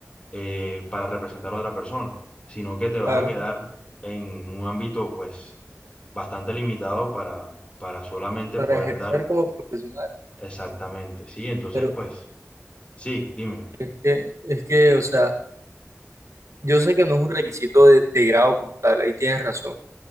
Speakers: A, on the left; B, on the right.
A: eh, para representar a otra persona, sino que te vas
B: claro,
A: a quedar en un ámbito pues bastante limitado para, para solamente
B: para
A: poder
B: ejercer
A: dar
B: como profesional.
A: exactamente, ¿sí? Entonces,
B: Pero
A: pues, sí, dime.
B: es que, es que, o sea, yo sé que no es un requisito de, de grado como tal, ahí tienes razón,